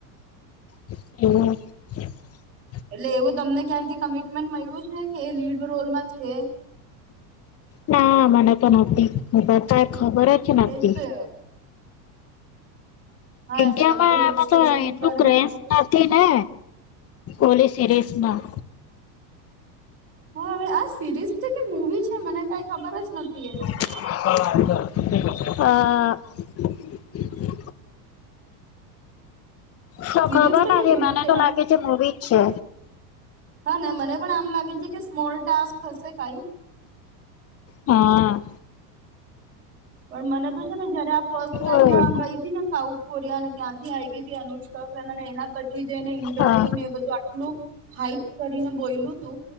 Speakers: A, on the left (about 30°); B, on the right (about 25°).
A: <unintelligible>
B: એટલે, એવું તમને ક્યાંથી કમિટમેન્ટ મળ્યું છે કે એ લીડ રોલમાં છે?
A: ના મને તો નથી ખબર, કંઈ ખબર જ નથી.
B: એજ તો હા
A: ઈન્ડિયામાં,
B: એટલે તમે હિલ
A: એમાં
B: સ્ટેશન
A: તો એટલું
B: પર
A: ક્રેસ
B: હતા તો
A: નથી ને ઓલી સરીઝમાં
B: હા, હવે આ સિરીઝ છે કે મૂવી છે, મને કંઈ ખબર જ નથી એનું.
A: આ
B: તો
A: આ <unintelligible>
B: <unintelligible>
A: તો,
B: સિરીઝ
A: ખબર
B: છે
A: ના,
B: કે મૂવી
A: મને તો લાગે
B: આ
A: છે, મૂવી જ છે.
B: હા ને, મને પણ આમ લાગે છે કે સ્મોલ ટાસ્ક હશે કંઈ.
A: હા.
B: પણ મને તો છે ને, જયારે આ ફર્સ્ટ ટાઈમ
A: ઓય.
B: ગઈ હતી ને, સાઉથ. કોરયા ત્યાંથી આવી હતી અનુષ્કા સેન, અને એના પછી જેને ઇન્ટરવ્યુ
A: હા
B: ને એ બધું આટલું. હાઈપ કરીને બોયલું તું,